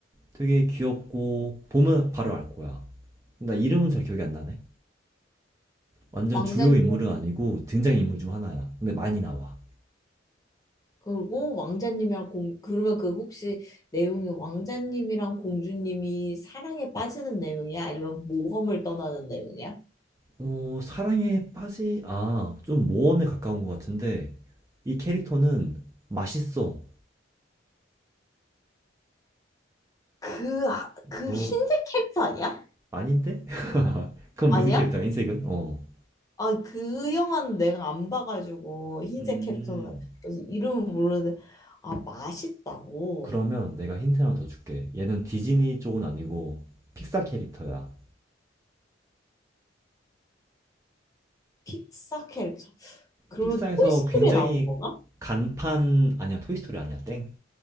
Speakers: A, on the right; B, on the left.
A: 되게 귀엽고 보면 바로 알 거야. 나 이름은 잘 기억이 안 나네. 완전
B: 왕자님
A: 주요 인물은 아니고 등장 인물 중 하나야. 근데 많이 나와.
B: 그리고 왕자님이랑 공 그러면 그 혹시 내용이 왕자님이랑 공주님이 사랑에 빠지는 내용이야? 아니면 모험을 떠나는 내용이야?
A: 어, 사랑에 빠지 아, 좀 모험에 가까운 것 같은데 이 캐릭터는 맛있어.
B: 그, 아- 그
A: 너
B: 흰색 캐릭터 아니야?
A: 아닌데? <laughs> 그건
B: 아니야?
A: 무슨 캐릭터야? 흰색은? 어.
B: 아, 그 영화는 내가 안 봐가지고 흰색
A: 음.
B: 캐릭터는 그래서 이름은 모르는데 아 맛있다고
A: 그러면 내가 힌트 하나 더 줄게. 얘는 디즈니 쪽은 아니고 픽사 캐릭터야.
B: 픽사 캐릭터 그러면
A: 픽사에서
B: 토이스토리에
A: 굉장히
B: 나오는 건가?
A: 간판 아니야 토이스토리 아니야 땡